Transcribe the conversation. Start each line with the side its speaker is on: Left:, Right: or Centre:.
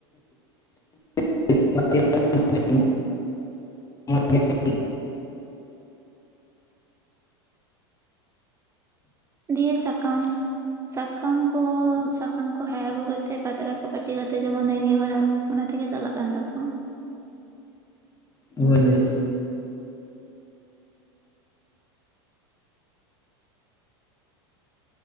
Left: <inaudible> <inaudible>
Right: ᱫᱤᱭᱮ ᱥᱟᱠᱟᱢ ᱥᱟᱠᱟᱢ ᱠᱚ, ᱥᱟᱠᱟᱢ ᱠᱚ ᱦᱮᱠ ᱟᱹᱜᱩ ᱠᱟᱛᱮ ᱯᱟᱛᱲᱟ ᱠᱚ ᱯᱟᱹᱴᱤ ᱠᱟᱛᱮᱜ ᱡᱮᱢᱚᱱ ᱨᱮᱸᱜᱮ ᱦᱚᱨᱟᱜ ᱾ ᱚᱱᱟ ᱛᱮᱜᱮ ᱪᱟᱞᱟᱜ ᱠᱟᱱ ᱛᱟᱠᱚᱣᱟ᱾
Left: ᱦᱳᱭ ᱦᱳᱭ